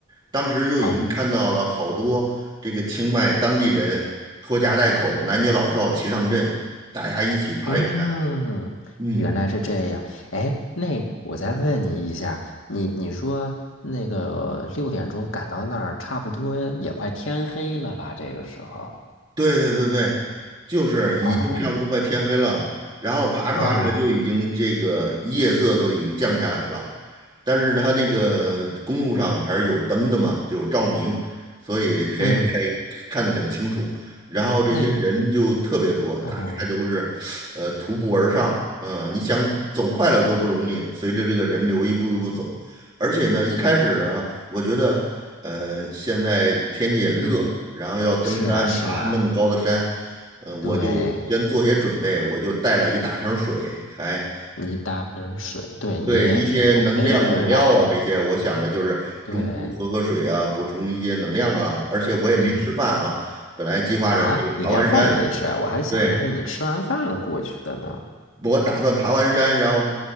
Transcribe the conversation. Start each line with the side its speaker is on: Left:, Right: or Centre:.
Right: 当时就已经看到了好多这个清迈当地人拖家带口、
Left: 哦，
Right: 男女老少齐上阵，大家一起爬这个山。
Left: 嗯，
Right: 嗯，
Left: 原来是这样，哎，那我再问你一下，你你说那个六点钟赶到那儿，差不多也快天黑了吧？这个时候，
Right: 对对对对，就是已经差不多快天黑了，
Left: 哦
Right: 然后爬着爬着就已经这个夜色都已经降下来了，
Left: 哦，
Right: 但是它那个公路上还是有灯的嘛，就有照明，所以可以可以看得很清楚。
Left: 嗯，
Right: 然后这些人就特别多，
Left: 那
Right: 大家都是呃徒步而上，
Left: 嗯
Right: 嗯、你想走快了都不容易，随着这个人流一步一步走，而且呢，一开始啊我觉得。呃，现在天气也热，
Left: 嗯，
Right: 然后要登山，
Left: 是啊是啊。
Right: 爬那么高的山，呃，我就先做些准备，
Left: 对，
Right: 我就带了一大瓶水，还
Left: 你打瓶水，对你也是有备而来。
Right: 对一些能量饮料啊这些，我想着就是中途喝喝水啊，
Left: 对，
Right: 补充一些能量啊，而且我也没吃饭啊，
Left: 嗯，
Right: 本来计划着这个爬完山，
Left: 啊，你连饭也没吃啊？我还想的是你吃完饭了过去的呢。
Right: 对，我打算爬完山，然后